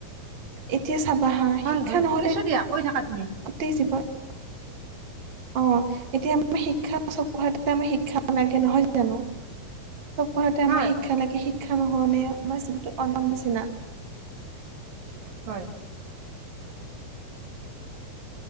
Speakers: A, on the right (about 35°); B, on the right (about 70°).
A: এতিয়া চাবা। হা
B: হয়
A: শিক্ষা
B: হয়
A: নহ'লে
B: শুনিছো দিয়া কৈ থাকা তুমি।
A: <unintelligible> অ এতিয়া আমাৰ শিক্ষা চব আমাৰ শিক্ষা লাগে নহয় জানো? চব কথাতে আমাৰ
B: হয়
A: শিক্ষা লাগে, শিক্ষা নহলে আমাৰ জীৱনটো অন্ধ নিচিনা।
B: হয়।